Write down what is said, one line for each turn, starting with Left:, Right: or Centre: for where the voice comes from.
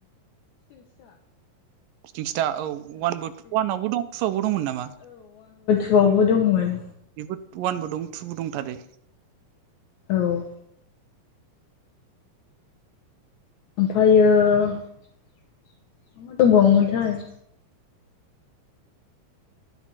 Right: बिथिं सिथा औ वानबो वानावबो दं टुआवबो दंमोन नामा?
Left: गोआवबो दंमोन।
Right: होद वानबो दं टुबो दंथारो।
Left: औ। ओमफ्रायो मा मा दंबावोमोनथाय?